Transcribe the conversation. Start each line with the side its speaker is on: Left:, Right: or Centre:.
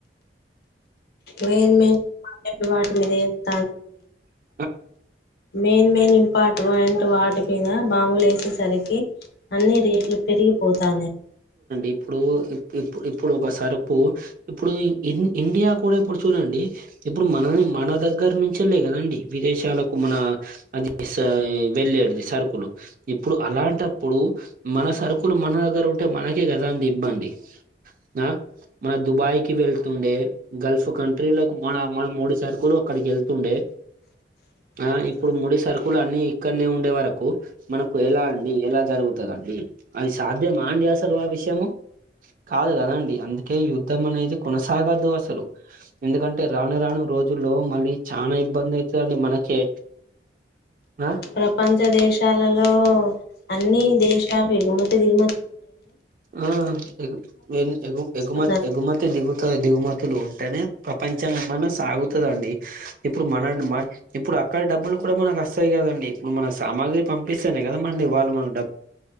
Left: మెయిన్ మెయిన్ వాటి మీద స్తాలండి
Right: ఆ
Left: మెయిన్ మెయిన్ ఇంపార్టెంట్ వాటి మీద బాంబులు వేసేసరికి అన్ని రేట్లు పెరిపోతానెయ్
Right: ఇప్పుడు ఇప్పు ఇప్పుడు ఒక సరుకు ఇప్పుడు ఇండియా కూడా ఇప్పుడు చూడండి ఇప్పుడు మన మన దగ్గర నుంచెల్లె కదండి విదేశాలకు మన అదిఆ ఆవెల్లెడిది సరుకులు ఇప్పుడు అలాంటప్పుడు మన సరుకు కులు మన దగ్గర ఉంటే మనకే కదా అంది ఇబ్బంది ఆ మన దుబాయ్కి వెళ్తుండే గల్ఫ్ కంట్రీలకు మన మన ముడి సరుకులు అక్కడికి వెళ్తుండే ఆ ఇప్పుడు మడి సరుకులు అన్ని ఇక్కడనే ఉండే వరకు మనకు ఎలా అండి ఎలా జరుగుతదండి అది సాధ్యమా అండి అసలు ఆ విషయము కాదు కదండి. అందుకే యుద్ధం అనేది కొనసాగదు. అసలు ఎందుకంటే రాను రాను రోజుల్లో మళ్ళీ చాలా ఇబ్బంది అవుతుంది. అండి మనకే ఆ
Left: ప్రపంచ దేశాలలో అన్ని దేశాలు ఎగుమతి దిగుమతులు ఉంటేనే
Right: ఆ ఎగు ఎ గు ఎగుమతి
Left: స్తున్నారు
Right: ఎగుమతి దిగు ఉంటాయి దిగుమతులు ఉంటేనే ప్రపంచం ఏమన్నా సాగుతదండి. ఇప్పుడు మన మ ఇప్పుడు అక్కడ డబ్బులు కూడా మనకు వస్తాయి కదండి. ఇప్పుడు మన సామాగ్రి పంపిస్తేనే కదాండి వాళ్ళు మనకు డబ్బులు ఇచ్చేడి ది.